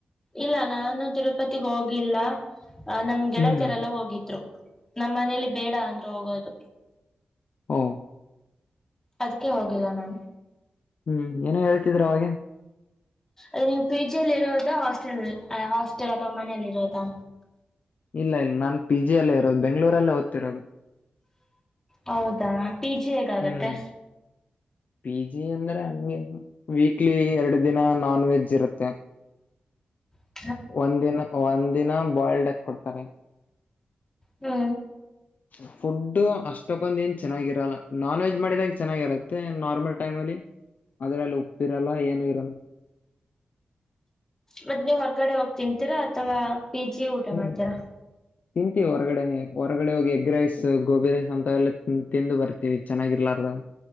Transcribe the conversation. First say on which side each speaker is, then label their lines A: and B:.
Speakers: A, on the left; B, on the left.
A: ಇಲ್ಲ ನಾನು ತಿರುಪತಿಗೆ ಹೋಗಿಲ್ಲ ಅ ನಮ್ ಗೆಳತರೆಲ್ಲ
B: ಹ್ಮ್
A: ಹೋಗಿದ್ರು ನಮ್ಮ ಮನೇಲಿ ಬೇಡ ಅಂದ್ರು ಹೋಗೋದು
B: ಹೂ
A: ಅದಕ್ಕೆ ಹೋಗಿಲ್ಲ ನಾನು
B: ಹೂ ಏನೇ ಹೇಳ್ತಿದ್ರ ಅವಾಗೆ
A: ಅ ನೀವು ಪಿ ಜಿಲ್ಲಿ ಇರೋದ ಹಾಸ್ಟೆಲ್ ಹಾಸ್ಟೆಲ್ ಅಥವಾ ಮನಲಿ ಇರೋದಾ
B: ಇಲ್ಲ ಇಲ್ಲ ನಾನ್ ಪಿ ಜಿಿಯಲ್ಲೇ ಇರೋದು ಬೆಂ್ೂರಲ್ಲ ಓದ್ತಿರೋದು
A: ಹೌದಾ ಪಿ ಜಿ ಹೇಗಾಗುತ್ತೇ
B: ಹ್ಮ್ ಪಿ ಜಿ ಅಂದ್ರೆ ಹಂಗೆ ವೀಕ್ಲಿ ಎರಡು ದಿನ ನಾನ್ ವೆಜ್ ಇರುತ್ತೆ
A: ಹ
B: ಒಂದಿನ ಒಂದ ದಿನ ಬಾಯ್ಲ್ಡ್ ಎಗ್ ಕೊಡ್ತಾರೆ
A: ಹೂ
B: ಹ ಫುಡ್ ಅಷ್ಟಕ್ಕೊಂದು ಏನ್ ಚೆನ್ನಾಗಿರಲ್ಲ ನಾನ್ ವೆಜ್ ಮಾಡಿದಾಗ ಚೆನ್ನಾಗಿರತ್ತೆ ನಾರ್ಮಲ್ ಟೈಮ್ ಅಲ್ಲಿ ಅದ್ರ ಅಲ್ಲಿ ಉಪ್ಪಿರಲ್ಲ ಏನು ಇರೋಲ್ಲ
A: ಮತ್ತತ್ ನೀವ್ ಹೊರಗಡೆ ಹೋಗಿ ತಿನ್ಂತೀರಾ ಅಥವಾ ಪಿಜಿ ಊಟ
B: ಹ್ಮ್
A: ಮಾಡ್ತೀರಾ
B: ತಿಂತೀವಿ ಹೊರಗಡೆ ಹೊರಗಡೆ ಹೋಗಿ ಎಗ್ ರೈಸ್ ಗೋಬಿ ರೈಸ್ ಅಂತವೆಲ್ಲ ತಿಂದು ಬರ್ತಿೀವಿ ಚೆನ್ನಾಗಿಲ್ ರ